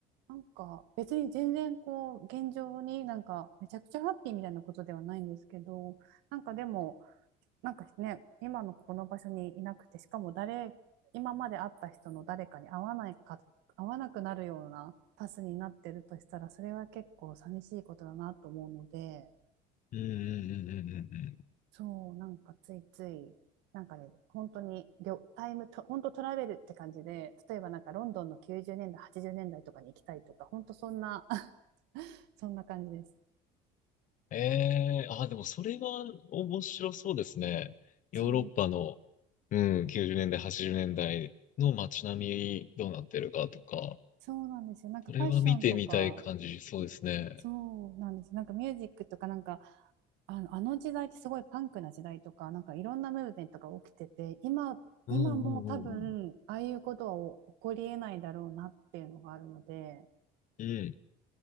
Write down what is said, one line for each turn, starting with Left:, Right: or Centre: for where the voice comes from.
Right: なんか別に全然こう現状になんかめちゃくちゃハッピーみたいなことではないんですけどなんかでもなんかね今のこの場所にいなくてしかも誰今まで会った人の誰かに会わないか会わなくなるようなパスになってるとしたらそれは結構寂しいことだなと思うので
Left: うんうんうんうんうんうん。
Right: そうなんかついついなんかね本当にりょタイムと本当トラベルって感じで例えばなんかロンドンの90年代80年代とかに行きたいとか本当そんな。<laughs> そんな感じです。
Left: ええあ、でもそれは面白そうですね。ヨーロッパの、
Right: そう、
Left: うん、90年代、80年代の街並みどうなってるかとか、
Right: そうなんですよ。なんかファッションとか、
Left: それは見てみたい感じ、そうですね。
Right: そうなんです。なんかミュージックとか、なんか、あの、あの時代ってすごいパンクな時代とか、なんかいろんなムーブメントが起きてて、今、
Left: うんうんうん
Right: 今も多分、ああいうことは起こりえないだろうなっていうのがあるので、
Left: うん。うん。